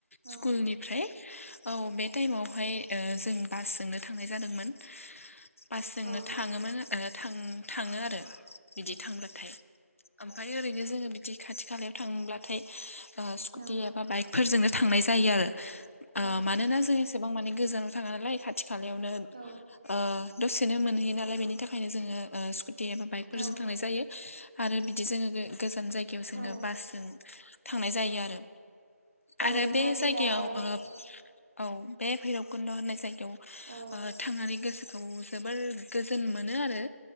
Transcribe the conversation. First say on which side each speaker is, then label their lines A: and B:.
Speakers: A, on the right (about 30°); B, on the left (about 55°).
A: औ
B: स्कुलनिफ्राय औ बे टाइमावहाय जों बासजोननो थांनाय जादोंमोन बासजोंनो
A: औ
B: थाङोमोन थां थाङो आरो बिदि थांब्लाथाय ओमफ्राय ओरैनो जोङो बिदि खाथि खालायाव थांङोब्लाथाय स्कुटि
A: औ
B: एबा बाइकफोरजोंनो थांनाय जायो आरो
A: औ
B: मानोना जों एसेबां माने गोजानाव थाङा नालाय खाथि खाथि खालायावनो
A: औ
B: ओ दसेनो मोनहैयो नालाय बेनि थाखायनो जोङो स्कुति बा बाइकफोरजों
A: औ
B: थांनाय जायो आरो बिदि जोङो गोजान जायगायाव जोङो
A: औ
B: बासजों थांनाय जायो आरो
A: औ
B: आरो
A: नोंथाङा
B: बे
A: जे
B: जायगायाव
A: दा औ
B: ओ औ बे भैरबकुन्द' होननाय जायगायाव
A: औ
B: ओ थांनानै गोसोखौ जोबोर गोजोन मोनो आरो